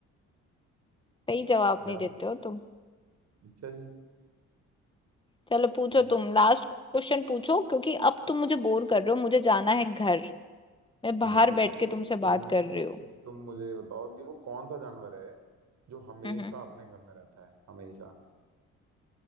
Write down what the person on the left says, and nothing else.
सही जवाब
नहीं देते हो तुम
चलो पूछो
तुम लास्ट क्वेश्चन पूछो क्योंकि अब तुम मुझे बोर कर रहे हो मुझे जाना है घर मैं बाहर
बैठ
के तुमसे
बात कर रही हूँ
हम्म